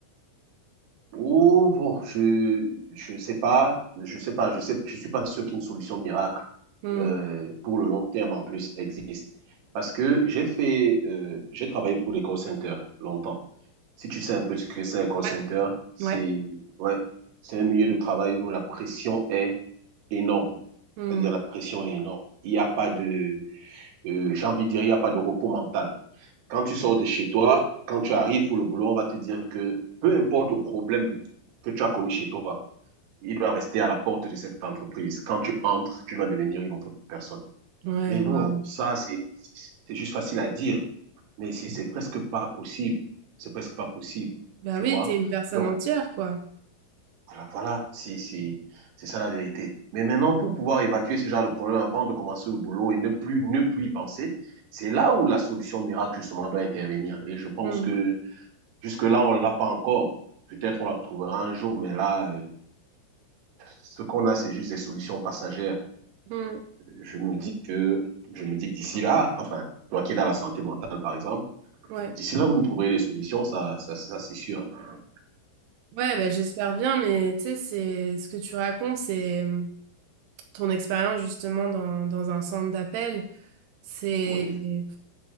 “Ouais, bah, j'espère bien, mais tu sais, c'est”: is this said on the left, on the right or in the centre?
Right